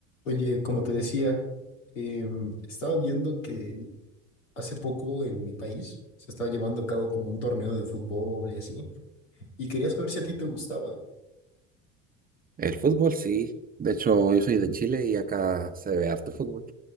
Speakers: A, on the left (about 80°); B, on the right (about 25°).
A: Oye, como te decía, em, estaba viendo que hace poco en mi país se estaba llevando a cabo como un torneo de fútbol y así, y quería saber si a ti te gustaba.
B: El fútbol sí. De hecho, yo soy de Chile y acá se ve harto fútbol.